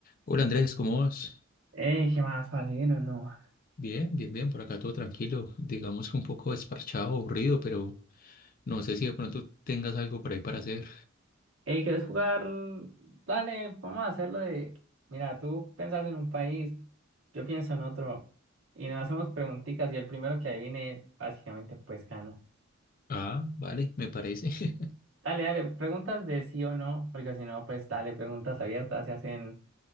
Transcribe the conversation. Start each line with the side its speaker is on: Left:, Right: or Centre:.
Left: Hola Andrés, ¿cómo vas?
Right: Ey, ¿qué más, parce? Bien no.
Left: Bien, bien, bien, por acá todo tranquilo, digamos que un poco desparchado, aburrido, pero no sé si de pronto tengas algo por ahí para hacer.
Right: Ey, ¿quieres jugar? Dale, vamos a hacerlo de. Mira, tú piensas en un país, yo pienso en otro, y nos hacemos preguntitas, y el primero que adivine, básicamente, pues gana.
Left: Ah, vale, me parece. <laughs>
Right: Dale, dale, preguntas de sí o no, porque si no, pues dale, preguntas abiertas se hacen